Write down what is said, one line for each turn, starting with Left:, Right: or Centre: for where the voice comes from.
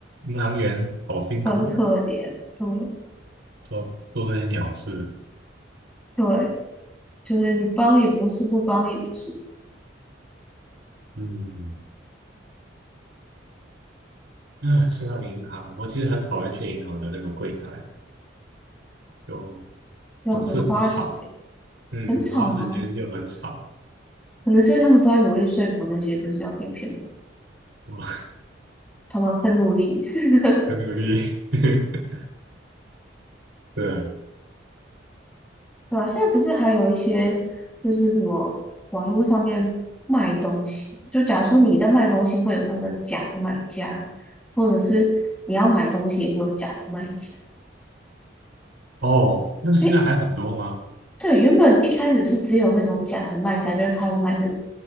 Right: 银行员好辛苦哦，
Centre: 很可怜，对
Right: 做做这些鸟事。
Centre: 对，就是你帮也不是，不帮也不是，
Right: 嗯，啊，说到银行，我其实很讨厌去银行的那个柜台，就
Centre: 要很花时间，
Right: 总是很吵。嗯，
Centre: 很吵吗？
Right: 我花时间又很吵，
Centre: 可能是因为他们都在努力说服那些就是要被骗的，
Right: 我
Centre: 他们很努力，<laughs>
Right: <laughs> 很努力。<laughs> 对，
Centre: 对吧？现在不是还有一些就是什么网络上面卖东西，就假如说你在卖东西，会有那个假的买家，或者是你要买东西也会有假的卖家。
Right: 哦，那个现在还很多吗？
Centre: 因为。对，原本一开始是只有那种假的卖家，就是他会卖那就